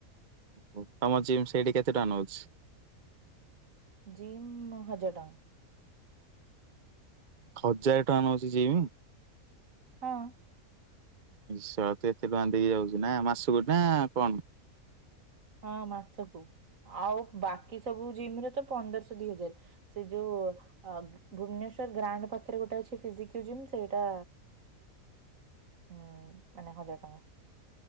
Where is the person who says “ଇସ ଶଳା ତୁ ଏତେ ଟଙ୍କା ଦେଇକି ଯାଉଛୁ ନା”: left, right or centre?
Right